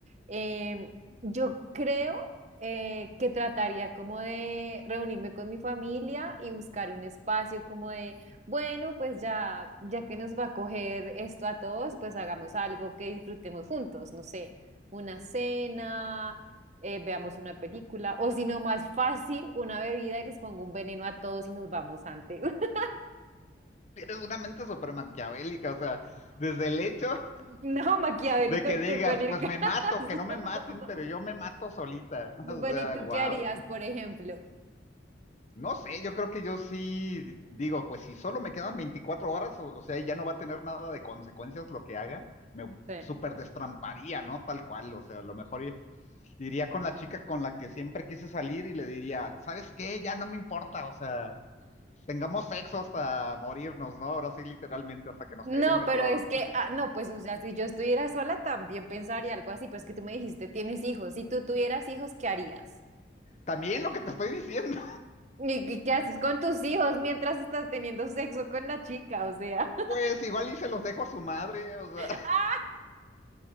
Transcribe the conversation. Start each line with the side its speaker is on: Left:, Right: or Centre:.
Right: Em, yo creo eh, que trataría como de reunirme con mi familia y buscar un espacio como de bueno, pues ya, ya que nos va a coger esto a todos, pues hagamos algo que disfrutemos juntos, no sé, una cena, eh, veamos una película, o si no, más fácil, una bebida y les pongo un veneno a todos y nos vamos antes. <laughs>
Left: Tienes una mente súper maquiavélica, o sea, desde el hecho
Right: No, maquiavélico
Left: de que digas,
Right: tú con el
Left: pues
Right: caso.
Left: me mato,
Right: <laughs>
Left: que no me maten, pero yo me mato solita. <laughs>
Right: Bueno,
Left: O sea,
Right: ¿y tú
Left: wow.
Right: qué harías, por ejemplo?
Left: No sé, yo creo que yo sí digo, pues si solo me quedan 24 horas, o, o sea, ya no va a tener nada de consecuencias lo que haga, me
Right: Sí.
Left: súper destramparía, ¿no? Tal cual, o sea, a lo mejor i- iría con la chica con la que siempre quise salir y le diría, ¿sabes qué? Ya no me importa, o sea, tengamos sexo hasta morirnos, ¿no? Ahora sí, literalmente, hasta que nos
Right: No,
Left: caiga el meteoro.
Right: pero es que, ah, no, pues, o sea, si yo estuviera sola también pensaría algo así, pero es que tú me dijiste, tienes hijos, si tú tuvieras hijos, ¿qué harías?
Left: También lo que te estoy diciendo,
Right: ¿Y qué qué haces con tus hijos mientras estás teniendo sexo con la chica? O sea,
Left: <laughs> pues igual y se los dejo a su madre, o
Right: <laughs>
Left: sea,